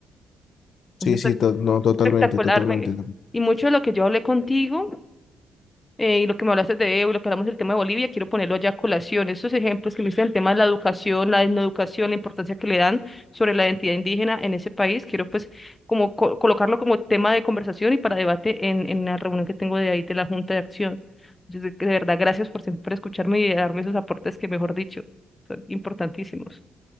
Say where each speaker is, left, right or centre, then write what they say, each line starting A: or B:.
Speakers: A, on the left; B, on the left.
A: Sí,
B: Entonces,
A: sí,
B: pues,
A: to- no, totalmente,
B: espectacular,
A: totalmente.
B: me- Y mucho de lo que yo hablé contigo eh, y lo que me hablaste de Evo y lo que hablamos del tema de Bolivia, quiero ponerlo allá a colación. Estos ejemplos que me diste del tema de la educación, la educación, la importancia que le dan sobre la identidad indígena en ese país, quiero pues como co- colocarlo como tema de conversación y para debate en, en la reunión que tengo de ahí de la Junta de Acción. Entonces, de de verdad, gracias por siempre escucharme y darme esos aportes que, mejor dicho, son importantísimos.